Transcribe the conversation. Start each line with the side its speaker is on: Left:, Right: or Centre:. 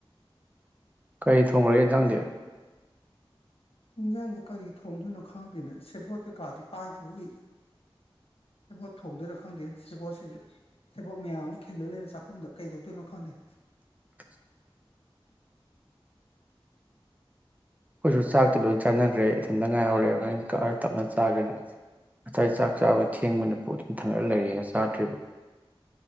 Right: ꯀꯩ ꯊꯣꯡꯈ꯭ꯔꯒꯦ ꯌꯦꯟꯖꯥꯡꯗꯤ
Left: ꯏꯟꯁꯥꯡꯁꯦ ꯀꯔꯤ ꯊꯣꯡꯗꯣꯏꯅꯣ ꯈꯪꯗꯦꯅꯦ ꯁꯦꯕꯣꯠ ꯀꯩꯀꯥꯗꯤ ꯄꯥꯏꯈꯤꯕ ꯎꯏ
Right: <inaudible>
Left: ꯁꯦꯕꯣꯠ ꯊꯣꯡꯗꯣꯏꯔ ꯈꯪꯗꯦ ꯁꯦꯕꯣꯠꯁꯤꯁꯨ ꯁꯦꯕꯣꯠ ꯃꯌꯥꯝ ꯑꯃ ꯈꯤꯜꯂ ꯂꯩꯔꯦ ꯆꯥꯛꯈꯨꯝꯗ ꯀꯩꯗꯧꯗꯣꯏꯅꯣ ꯈꯪꯗꯦ
Right: <inaudible> ꯑꯈꯣꯏꯁꯨ ꯆꯥꯛꯇꯤ ꯂꯣꯏ ꯆꯥꯅꯈ꯭ꯔꯦ ꯏꯊꯟꯇ ꯉꯥꯏꯍꯧꯔꯦ ꯍꯣꯔꯦꯟ ꯀꯛꯑ ꯇꯞꯅ ꯆꯥꯒꯦꯅ ꯉꯁꯥꯏ ꯆꯥꯛ ꯆꯥꯕ ꯊꯦꯡꯕꯅꯤꯅ ꯄꯨꯛ ꯑꯗꯨꯝ ꯊꯟꯒꯠꯂ ꯂꯩꯔꯦꯅ ꯆꯥꯗ꯭ꯔꯤꯕ